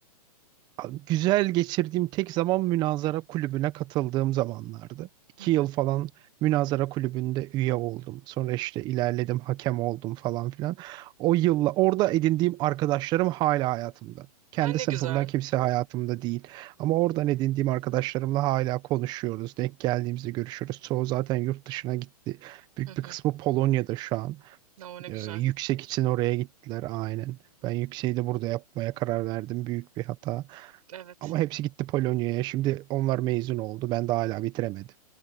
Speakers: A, on the right; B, on the right.
A: Güzel geçirdiğim tek zaman münazara kulübüne katıldığım zamanlardı. İki
B: Hı hı.
A: yıl falan münazara kulübünde üye oldum. Sonra işte ilerledim, hakem oldum falan filan. O yılla orada edindiğim arkadaşlarım hala hayatımda. Kendi
B: Ya ne
A: sınıfımdan
B: güzel.
A: kimse hayatımda değil. Ama oradan edindiğim arkadaşlarımla hala konuşuyoruz. Denk geldiğimizde görüşürüz. Çoğu zaten yurt dışına gitti. Büyük
B: Hı hı.
A: bir kısmı Polonya'da şu an.
B: Ya ne
A: Ee,
B: güzel.
A: yüksek için oraya gittiler aynen. Ben yükseği de burada yapmaya karar verdim. Büyük bir hata.
B: Evet.
A: Ama hepsi gitti Polonya'ya. Şimdi onlar mezun oldu. Ben daha hala bitiremedim.